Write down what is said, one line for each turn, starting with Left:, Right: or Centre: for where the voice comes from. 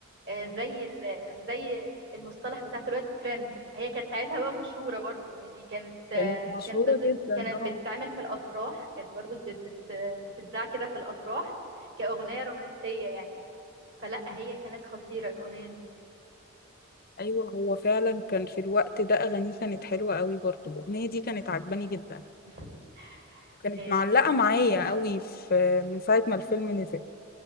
Right: آه، زي ال- زي المصطلح بتاع دلوقتي ترند هي كانت ساعتها بقى مشهوره برضو يعني كانت آه،
Left: كانت مشهورة
Right: كانت بت
Left: جدا
Right: كانت
Left: اه
Right: بتتعمل في الافراح كانت برضو بتت بتتذاع كده في الافراح كاغنيه رومانسيه يعني فلا هي كانت خطيره الاغنيه دي
Left: ايوه هو فعلا كان في الوقت ده اغانيه كانت حلوة قوي برضو الاغنية دي كانت عجباني جدا
Right: <laughs>
Left: كانت
Right: آه،
Left: معلقة معايا قوي في من ساعة ما الفيلم نزل